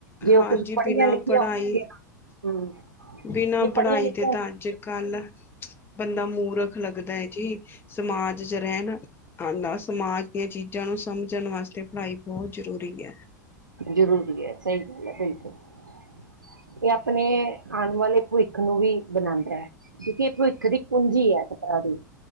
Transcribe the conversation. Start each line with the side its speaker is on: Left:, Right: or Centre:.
Right: ਜੇ
Left: ਹਾਂਜੀ
Right: ਉਹ ਕੁਛ ਪੜ੍ਹੀਆਂ
Left: ਬਿਨਾਂ
Right: ਲਿਖੀਆਂ
Left: ਪੜ੍ਹਾਈ
Right: ਹੋਣਗੀਆਂ ਹਮ
Left: ਬਿਨਾਂ
Right: ਜੇ ਪੜ੍ਹੀਆਂ
Left: ਪੜ੍ਹਾਈ
Right: ਲਿਖੀਆਂ
Left: ਦੇ ਤਾਂ ਅੱਜ ਕੱਲ ਬੰਦਾ ਮੂਰਖ ਲੱਗਦਾ ਜੀ ਸਮਾਜ ਚ ਰਹਿਣ ਆ ਸਮਾਜ ਦੀਆਂ ਚੀਜ਼ਾਂ ਨੂੰ ਸਮਝਣ ਵਾਸਤੇ ਪੜ੍ਹਾਈ ਬਹੁਤ ਜ਼ਰੂਰੀ ਹੈ।
Right: ਜ਼ਰੂਰੀ ਹੈ ਸਹੀ ਗੱਲ ਹੈ । ਇਹ ਆਪਣੇ ਆਉਣ ਵਾਲੇ ਭਵਿੱਖ ਨੂੰ ਵੀ ਬਣਾਉਂਦਾ ਹੈ। ਕਿਉਂਕਿ ਇਹ ਭਵਿੱਖ ਦੀ ਕੁੰਜੀ ਹੈ ਖ਼ਪਰਾ ਦੀ